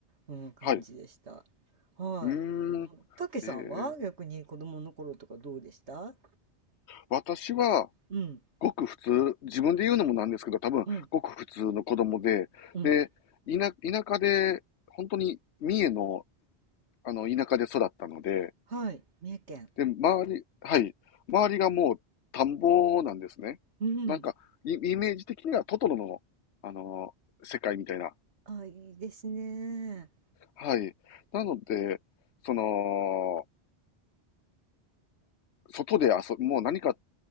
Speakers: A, on the right; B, on the left.
A: うん、感じでした。
B: はい。
A: はい。
B: うーん。
A: うん、たけさんは逆に子供の頃とかどうでした
B: ええ。私は、
A: うん、
B: ごく普通、自分で言うのもなんですけど、多分、
A: うん、
B: ごく普通の子供で、
A: うん。
B: で、田、田舎で、本当に三重の、あの、田舎で育ったので、
A: はい、三重県。
B: で、周り、はい。周りがもう田んぼなんですね。
A: うん。
B: なんか、イイメージ的にはトトロの、あのー世界みたいな。
A: あ、いいですね。
B: はい。なので、その、外で遊もう何か